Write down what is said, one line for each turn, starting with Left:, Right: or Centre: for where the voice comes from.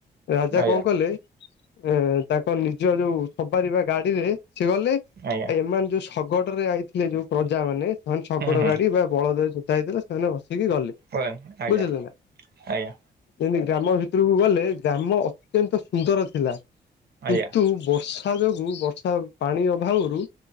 Left: ରାଜା
Right: ଆଜ୍ଞା
Left: କଣ କଲେ ଏ ତାଙ୍କ ନିଜ ଯୋଉ ସବାରି ବା ଗାଡିରେ ସେ ଗଲେ
Right: ଆଜ୍ଞା।
Left: ସେମାନେ ଯୋଉ ଶଗଡ ରେ ଆଇଥିଲେ ଯୋଉ ପ୍ରଜା ମାନେ ସେମାନେ ଶଗଡ
Right: ହୁଁ ହୁଁ
Left: ଗାଡି ବା ବଳଦ ଯୋତା ହେଇଥିଲା। ସେ ବସିକି ଗଲେ
Right: ଓ ଆଜ୍ଞା
Left: ବୁଝିଲେ ନା।
Right: ଆଜ୍ଞା
Left: ଯେମିତି ଗ୍ରାମ ଭିତରକୁ ଗଲେ ଗ୍ରାମ ଅତ୍ୟନ୍ତ ସୁନ୍ଦର ଥିଲା
Right: ଆଜ୍ଞା
Left: କିନ୍ତୁ ବର୍ଷ ସା ଯୋଗୁଁ ବର୍ଷା ପାଣି ଅଭାବରୁ